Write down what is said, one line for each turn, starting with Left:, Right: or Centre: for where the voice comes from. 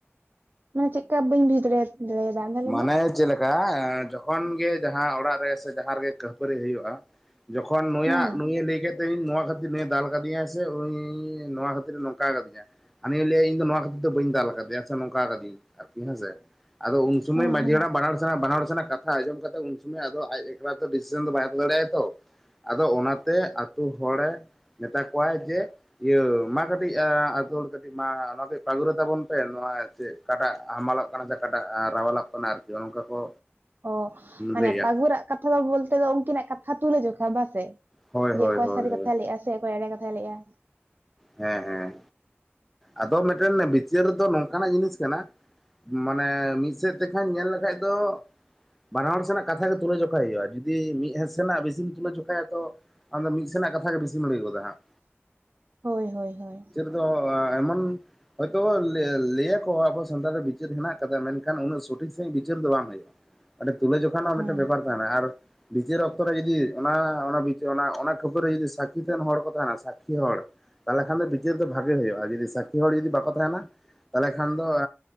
Right: ᱢᱟᱱᱮ ᱪᱮᱠᱟ ᱵᱟᱹᱧ ᱵᱩᱡ ᱫᱟᱲᱮᱭᱟ ᱫᱟᱲᱮᱭᱟᱫᱟ ᱛᱟᱦᱚᱞᱮ
Centre: ᱢᱟᱱᱮ
Right: ᱢᱮ
Centre: ᱪᱮᱫ ᱞᱮᱠᱟ ᱡᱚᱠᱷᱚᱱ ᱜᱮ ᱡᱟᱦᱟᱸ ᱚᱲᱟᱜ ᱨᱮ ᱥᱮ ᱡᱟᱦᱟᱸ ᱨᱮᱜᱮ ᱠᱟᱹᱯᱟᱹᱨᱤ ᱦᱩᱭᱩᱜᱼᱟ᱾ ᱡᱚᱠᱷᱚᱱ ᱱᱩᱭᱟᱜ
Right: ᱦᱩᱸ
Centre: ᱱᱩᱭ ᱮ ᱞᱟᱹᱭ ᱠᱮᱫ ᱛᱮ ᱤᱧ ᱱᱚᱣᱟ ᱠᱷᱟᱹᱛᱤᱨ ᱱᱩᱭ ᱫᱟᱞ ᱠᱟᱫᱤᱧᱟᱭ ᱥᱮ ᱤᱧ ᱱᱚᱣᱟ ᱠᱷᱟᱹᱛᱤᱨ ᱱᱚᱝᱠᱟ ᱟᱠᱟᱫᱤᱧᱟ ᱦᱟᱱᱤ ᱞᱟᱹᱭᱟ ᱤᱧ ᱫᱚ ᱱᱚᱣᱟ ᱠᱷᱟᱹᱛᱤᱨ ᱫᱚ ᱵᱟᱹᱧ ᱫᱟᱞ ᱟᱠᱟᱫᱮᱭᱟ ᱥᱮ ᱱᱚᱝᱠᱟ ᱠᱟᱫᱮᱭᱟᱹᱧ ᱟᱨᱠᱤ ᱦᱮᱸᱥᱮ ᱟᱫᱚ ᱩᱱ ᱥᱚᱢᱚᱭ
Right: ᱦᱩᱸ
Centre: ᱢᱟᱡᱷᱤ
Right: ᱦᱩᱸ
Centre: ᱦᱟᱲᱟᱢ ᱵᱟᱱᱟ ᱦᱚᱲ ᱵᱟᱱᱟ ᱦᱚᱲ ᱥᱟᱞᱟᱜ ᱠᱟᱛᱷᱟ ᱟᱡᱚᱢ ᱠᱟᱛᱮᱜ ᱩᱱ ᱥᱚᱢᱚᱭ ᱟᱫᱚ ᱟᱡ ᱮᱠᱞᱟ ᱛᱮ ᱰᱤᱥᱤᱥᱚᱱ ᱫᱚ ᱵᱟᱭ ᱟᱜᱩ ᱫᱟᱲᱮᱭᱟᱜ ᱟᱭ ᱛᱚ ᱟᱫᱚ ᱚᱱᱟᱛᱮ ᱟᱛᱳ ᱦᱚᱲᱮ ᱢᱮᱛᱟ ᱠᱚᱣᱟᱭ ᱡᱮ ᱤᱭᱟᱹ ᱢᱟ ᱠᱟᱹᱴᱤᱡ ᱟᱛᱳ ᱦᱚᱲ ᱠᱟᱹᱴᱤᱡ ᱢᱟ ᱱᱚᱣᱟ ᱠᱟᱹᱴᱤᱡ ᱯᱟᱜᱽᱨᱟᱹ ᱛᱟᱵᱚᱱ ᱯᱮ ᱱᱚᱣᱟ ᱪᱮᱫ ᱚᱠᱟᱴᱟᱜ ᱦᱟᱢᱟᱞᱚᱜ ᱠᱟᱱᱟ ᱥᱮ ᱚᱠᱟᱴᱟᱜ ᱨᱟᱣᱟᱞᱚᱜ ᱠᱟᱱᱟ ᱟᱨᱠᱤ ᱚᱱᱠᱟ ᱠᱚ
Right: ᱚ ᱢᱟᱱᱮ
Centre: ᱞᱟᱹᱭᱟ
Right: ᱯᱟᱹᱜᱩᱨᱟᱜ ᱠᱟᱛᱷᱟ ᱫᱚ ᱵᱚᱞᱛᱮ ᱫᱚ ᱩᱱᱠᱤᱱᱟᱜ ᱠᱟᱛᱷᱟ ᱛᱩᱞᱟᱹ ᱡᱚᱠᱷᱟ ᱵᱟᱥᱮ
Centre: ᱦᱳᱭ
Right: ᱡᱮ
Centre: ᱦᱳᱭ
Right: ᱚᱠᱚᱭ
Centre: ᱦᱳᱭ
Right: ᱥᱟᱹᱨᱤ
Centre: ᱦᱳᱭ
Right: ᱠᱟᱛᱷᱟᱭ ᱞᱟᱹᱭ ᱮᱫᱼᱟ ᱥᱮ ᱚᱠᱚᱭ ᱮᱲᱮ ᱠᱟᱛᱷᱟᱭ ᱞᱮᱜᱼᱟ
Centre: ᱦᱮᱸ ᱦᱮᱸ ᱟᱫᱚ ᱢᱤᱫᱴᱮᱱ ᱵᱤᱪᱟᱹᱨ ᱫᱚ ᱱᱚᱝᱠᱟᱱᱟᱜ ᱡᱤᱱᱤᱥ ᱠᱟᱱᱟ ᱢᱟᱱᱮ ᱢᱤᱫ ᱥᱮᱫ ᱛᱮᱠᱷᱟᱱ ᱧᱮᱞ ᱞᱮᱠᱷᱟᱡ ᱫᱚ ᱵᱟᱱᱟ ᱦᱚᱲ ᱥᱮᱱᱟᱜ ᱠᱟᱛᱷᱟᱜ ᱛᱩᱞᱟᱹ ᱡᱚᱠᱷᱟᱭ ᱦᱩᱭᱩᱜᱼᱟ ᱡᱚᱫᱤ ᱢᱤᱫ ᱥᱮᱱᱟᱜ ᱵᱮᱥᱤᱢ ᱛᱩᱞᱟᱹ ᱡᱚᱠᱷᱟᱭᱟ ᱛᱚ ᱟᱫᱚ ᱢᱤᱫᱥᱮᱫᱱᱟᱜ ᱠᱟᱛᱷᱟ ᱜᱮ ᱵᱤᱥᱤᱢ ᱞᱟᱹᱭ ᱜᱚᱫᱟ ᱦᱟᱸᱜ
Right: ᱦᱳᱭ ᱦᱳᱭ ᱦᱳᱭ
Centre: ᱟᱫᱚ ᱮᱢᱚᱱ ᱦᱳᱭᱛᱳ ᱞᱟᱹᱭᱟ ᱠᱚ ᱟᱵᱚ ᱥᱟᱱᱛᱟᱲ ᱨᱮ ᱵᱤᱪᱟᱹᱨ ᱦᱮᱱᱟᱜ ᱟᱠᱟᱫᱟ ᱢᱮᱱᱠᱷᱟᱱ ᱩᱱᱟᱹᱜ ᱥᱚᱴᱷᱤᱠ ᱥᱟᱺᱦᱤᱡ ᱵᱤᱪᱟᱹᱨ ᱫᱚ ᱵᱟᱝ ᱦᱳᱭᱳᱜᱼᱟ ᱟᱰᱤ ᱛᱩᱞᱟᱹ ᱡᱚᱠᱷᱟ ᱨᱮᱱᱟᱜ ᱦᱚᱸᱢᱤᱫᱴᱟᱝ
Right: ᱦᱩᱸ
Centre: ᱵᱮᱯᱟᱨ ᱛᱟᱦᱮᱱᱟ ᱟᱨ ᱵᱤᱪᱟᱹᱨ ᱚᱠᱛᱚ ᱨᱮ ᱡᱩᱫᱤ ᱚᱱᱟ ᱵᱤ ᱚᱱᱟ ᱠᱷᱟᱹᱯᱟᱹᱨ ᱨᱮ ᱡᱩᱫᱤ ᱥᱟᱹᱠᱷᱤᱛᱟᱱ ᱦᱚᱲ ᱠᱚ ᱛᱟᱦᱮᱱᱟ ᱥᱟᱹᱠᱷᱤ ᱦᱚᱲ ᱛᱟᱦᱚᱞᱮ ᱠᱷᱟᱱ ᱫᱚ ᱵᱤᱪᱟᱹᱨ ᱫᱚ ᱵᱷᱟᱜᱮ ᱦᱩᱭᱩᱜᱼᱟ ᱟᱨ ᱡᱚᱫᱤ ᱥᱟᱠᱠᱷᱤ ᱦᱚᱲ ᱡᱩᱫᱤ ᱵᱟᱠᱚ ᱛᱟᱦᱮᱱᱟ ᱛᱟᱦᱚᱞᱮ ᱠᱷᱟᱱ ᱫᱚ